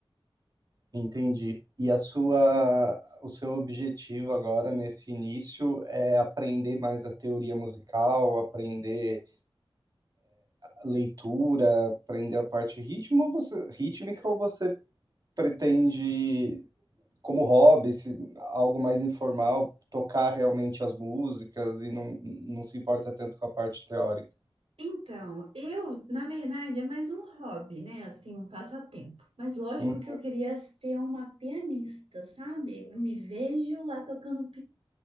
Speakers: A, on the right; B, on the right.
A: Entendi. E a sua, o seu objetivo agora nesse início é aprender mais a teoria musical, aprender leitura, aprender a parte ritmo, ou você, rítmica, ou você pretende, como hobby, se- algo mais informal, tocar realmente as músicas e não, não se importa tanto com a parte teórica?
B: Então, eu, na verdade, é mais um hobby, né? Assim, um passatempo. Mas lógico
A: Hum,
B: que eu queria ser uma pianista, sabe? Eu me vejo lá tocando